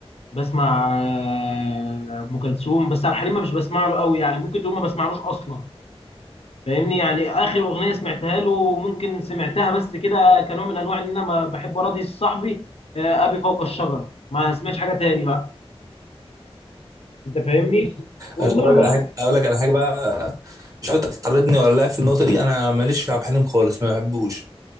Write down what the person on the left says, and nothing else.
بسمع آه، ام كلثوم بس عبد الحليم ما مش بسمع له قوي يعني ممكن تقول ما بسمعلوش اصلا فاهمني يعني اخر اغنيه سمعتها له ممكن سمعتها بس كده كنوع من انواع ان انا ما بحب اراضي صاحبي آه، ابي فوق الشجره ما سمعتش حاجه تاني بقى انت فاهمني والله
بس